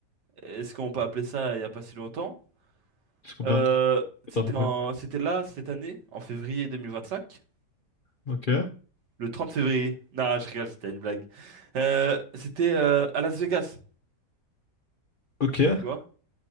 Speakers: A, on the right (about 85°); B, on the left (about 50°).
A: est-ce qu'on peut appeler ça il n'y a pas si longtemps?
B: c'est combien?
A: Euh,
B: C'est
A: c'était
B: à peu près.
A: en, c'était là, cette année, en février 2025,
B: Ok,
A: le 30 février. Non, je rigole, c'était une blague. Euh, c'était euh, à Las Vegas,
B: ok.
A: tu vois.